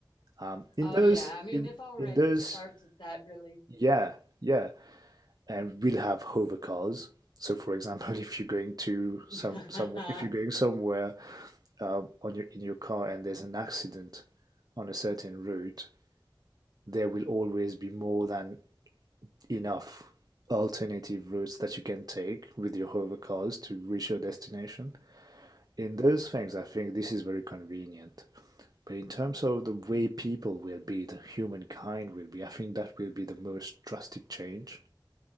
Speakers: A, on the right; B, on the left.
A: um, in
B: Oh
A: those,
B: yeah. I mean,
A: in
B: they've already
A: in those,
B: started that really.
A: yeah, yeah, and we'll have hover cars. So, for example, <laughs> if you're going to
B: <laughs> hmm
A: some some if you're going somewhere uh, on your in your car and there's an accident on a certain route, there will always be more than enough alternative routes that you can take with your hover cars to reach your destination. In those things, I think this is very convenient. But in terms of the way people will be, the humankind will be, I think that will be the most drastic change.